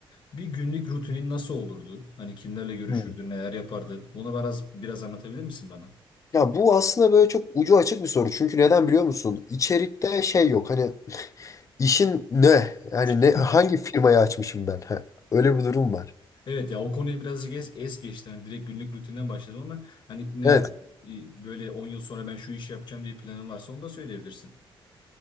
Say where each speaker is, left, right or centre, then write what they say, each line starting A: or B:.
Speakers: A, on the left; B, on the left.
A: Bir günlük rutinin nasıl olurdu? Hani kimlerle görüşürdün,
B: Hmm.
A: neler yapardın? Bunu biraz, biraz anlatabilir misin bana?
B: Ya bu aslında böyle çok ucu açık bir soru. Çünkü neden biliyor musun? İçerikte şey yok. Hani işin ne? Yani
A: <laughs>
B: ne hangi firmayı açmışım ben? Ha, öyle bir durum var.
A: Evet ya o konuyu birazcık es, es geçti. Hani direkt günlük rutinden başladım ama hani ne
B: Evet
A: e, böyle 10 yıl sonra ben şu işi yapacağım diye planın varsa onu da söyleyebilirsin.